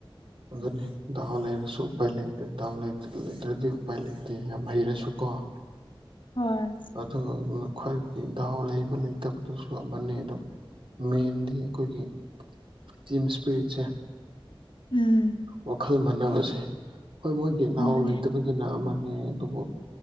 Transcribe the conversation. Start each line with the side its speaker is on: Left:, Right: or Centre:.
Right: ꯑꯗꯨꯪꯅꯤ ꯗꯥꯎ ꯂꯩꯔꯁꯨ ꯎ ꯗꯥ ꯂꯩꯇ꯭ꯔꯗꯤ ꯎꯄꯥꯏ ꯂꯩꯇꯦ ꯌꯥꯝ ꯍꯩꯔꯁꯨ ꯀꯣ ꯍ
Left: ꯍꯣꯏ
Right: ꯑꯗꯨ ꯈ꯭ꯋꯥꯏ ꯗꯥꯥꯎ ꯂꯩꯕ ꯂꯩꯇꯕꯗꯨꯁꯨ ꯑꯃꯅꯤ ꯑꯗꯨ ꯃꯦꯟꯗꯤ ꯑꯩꯈꯣꯏꯒꯤ ꯇꯤꯝ ꯏꯁꯄꯤꯔꯤꯠꯁ
Left: ꯎꯝ
Right: ꯋꯥꯈꯜ ꯃꯥꯟꯅꯕꯁꯦ ꯍꯣꯏ ꯃꯣꯏꯒꯤ ꯅꯅꯥꯍꯥꯎ
Left: ꯃꯥꯅꯦ
Right: ꯂꯩꯇꯕꯗꯨꯅ ꯑꯃ ꯑꯗꯨꯃ